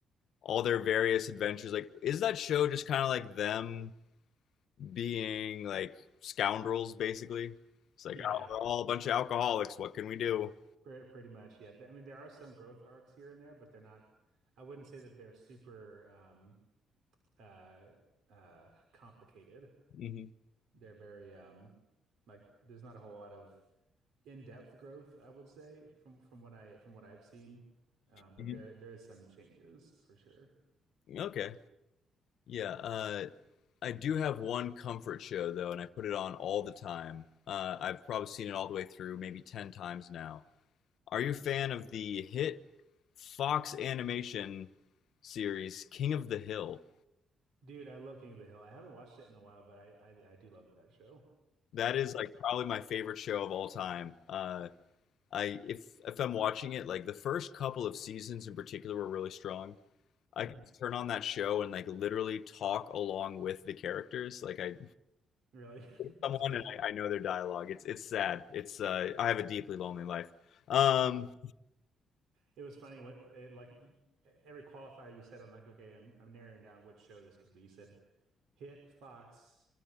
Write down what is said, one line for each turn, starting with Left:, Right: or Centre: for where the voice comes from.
Left: all their various adventures. Like, is that show just kind of like them being like scoundrels, basically? It's like,
Right: Yeah,
Left: oh, we're all a bunch of alcoholics. What can we do?
Right: pretty pretty much. Yeah, I mean, there are some growth arcs here and there, but they're not. I wouldn't say that they're super um, uh, uh, complicated.
Left: hmm
Right: They're very um, like there's not a whole lot of in-depth growth, I would say, from from what I from what I've seen. Um, but
Left: hmm
Right: there there is some changes for sure.
Left: Okay. Yeah. Uh, I do have one comfort show, though, and I put it on all the time. Uh, I've probably seen it all the way through, maybe 10 times now. Are you a fan of the hit Fox animation series King of the Hill?
Right: Dude, I love King of the Hill. I haven't watched it in a while, but I I, I do love that show.
Left: That is
Right: It's
Left: like
Right: great.
Left: probably my favorite show of all time. Uh, I if if I'm watching it, like the first couple of seasons in particular were really strong. I
Right: hmm
Left: could just turn on that show and like literally talk along with the characters. Like I
Right: Really,
Left: pick
Right: <laughs> that's
Left: someone
Right: crazy.
Left: and I, I know their dialogue. It's it's sad. It's uh, I have a deeply lonely life. Um,
Right: It was funny when it, like y- every qualifier you said, I'm like, okay, I'm I'm narrowing down which show this could be. You said hit Fox